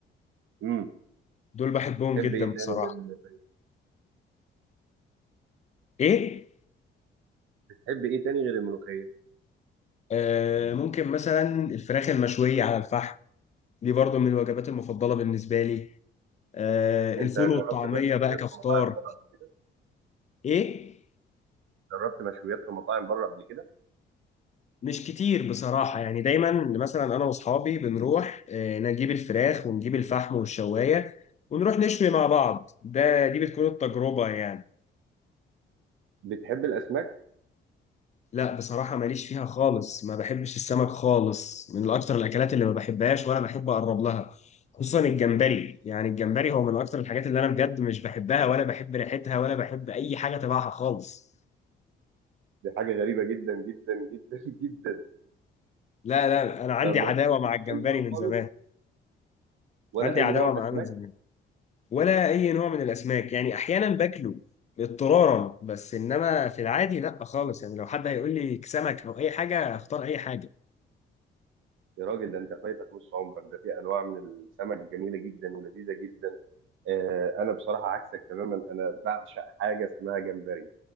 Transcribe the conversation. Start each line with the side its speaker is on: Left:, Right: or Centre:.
Right: امم
Left: دول بحبهم
Right: تحب
Left: جدا
Right: ايه
Left: بصراحه
Right: تاني غير
Left: ايه
Right: تحب ايه تاني غير الملوخيه
Left: آه ممكن مثلا الفراخ المشويه على الفحم دي برضو من الوجبات المفضله بالنسبه لي آه
Right: انت
Left: الفول
Right: جربت
Left: والطعميه
Right: مشويات
Left: بقى كفطار
Right: في مطاعم بره قبل كده
Left: ايه
Right: جربت مشويات في مطاعم بره قبل كده
Left: مش كتير بصراحة يعني دايما مثلا أنا وأصحابي بنروح آه، نجيب الفراخ ونجيب الفحم والشواية ونروح نشوي مع بعض ده دي بتكون التجربة يعني
Right: بتحب الاسماك
Left: لا بصراحة ماليش فيها خالص ما بحبش السمك خالص من أكتر الأكلات اللي ما بحبهاش ولا بحب أقرب لها خصوصا الجمبري يعني الجمبري هو من أكتر الحاجات اللي أنا بجد مش بحبها ولا بحب ريحتها ولا بحب أي حاجة تبعها خالص
Right: دي حاجه غريبه جدا جدا جدا <laughs> جدا
Left: لا لا أنا عندي
Right: طب
Left: عداوة
Right: ما بتحبش
Left: مع الجمبري
Right: اي نوع
Left: من
Right: خالص
Left: زمان
Right: ولا
Left: عندي
Right: اي
Left: عداوة
Right: نوع
Left: معاه
Right: اسماك
Left: من زمان ولا اي نوع من الاسماك يعني احيانا باكله اضطرارا بس انما في العادي لا خالص يعني لو حد هيقول لي سمك او اي حاجه اختار اي حاجه
Right: يا راجل ده انت فايتك نص عمرك ده في انواع من السمك جميله جدا ولذيذه جدا آه انا بصراحه عكسك تماما انا بعشق حاجه اسمها جمبري